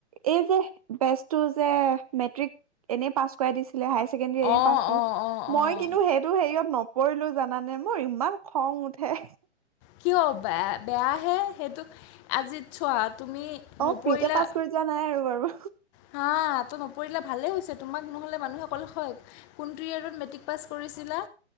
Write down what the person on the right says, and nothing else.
এই যে বেচটো যে মেট্ৰিক এনে পাছ কৰাই দিছিল
<inaudible> পাছ
মই
কিন্তু সেইটো হেৰিয়ত কৰিলো জানানে মোৰ ইমান খং উঠে।
অ,
ফ্ৰী কেে পাছ কৰি যোৱা নাই আৰু বাৰু।